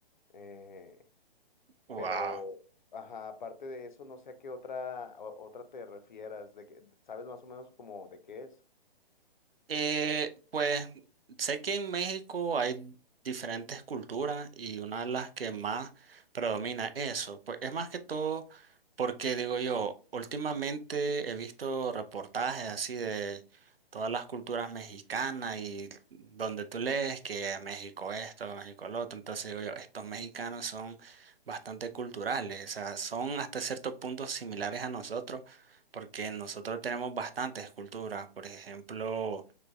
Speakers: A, on the left (about 50°); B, on the right (about 70°).
A: Eh,
B: Wow.
A: pero, ajá, aparte de eso, no sé a qué otra, o- otra te refieras, de que, ¿sabes más o menos como de qué es?
B: Eh, pues sé que en México hay diferentes culturas y una de las que más predomina eso, pues es más que todo porque digo yo, últimamente he visto reportajes así de todas las culturas mexicanas y donde tú lees que México esto, México lo otro, entonces digo yo, estos mexicanos son bastante culturales, o sea, son hasta cierto punto similares a nosotros porque nosotros tenemos bastantes culturas, por ejemplo.